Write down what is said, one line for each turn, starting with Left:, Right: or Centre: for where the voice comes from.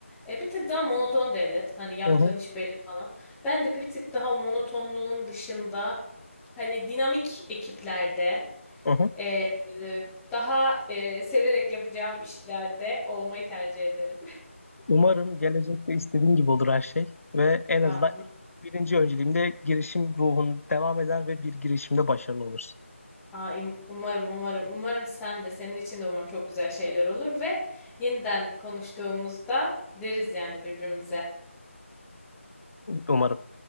Centre: e, bir tık daha monoton devlet. Hani yaptığın
Left: Hı hı.
Centre: iş belli falan. Ben de bir tık daha o monotonluğun dışında hani dinamik ekiplerde
Left: Hı hı.
Centre: e, e, daha e, severek yapacağım işlerde olmayı tercih ederim.
Left: Umarım gelecekte istediğin gibi olur her şey ve en
Centre: <laughs>
Left: azından
Centre: Aa,
Left: birinci önceliğimde girişim ruhun devam eder ve bir girişimde başarılı olursun.
Centre: Aa, im- umarım umarım umarım sen de senin için de umarım çok güzel şeyler olur ve yeniden konuştuğumuzda deriz yani birbirimize.
Left: Umarım.